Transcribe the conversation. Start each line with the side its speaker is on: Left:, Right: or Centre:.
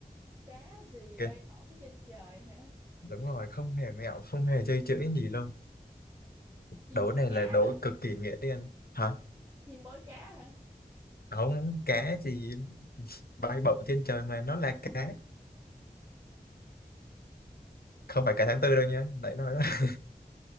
Right: Cá gì bay
Left: ok
Right: bổng trên trời hả?
Left: đúng rồi không hề mẹo không hề chơi chữ gì luôn
Right: Chim
Left: đố
Right: bó
Left: này
Right: cá
Left: là đố
Right: hả?
Left: cực kỳ nghĩa đen hả
Right: chim bói cá hả
Left: không cá gì bay bổng trên trời mà nó là cá không phải cá tháng tư đâu nha nãy nói đó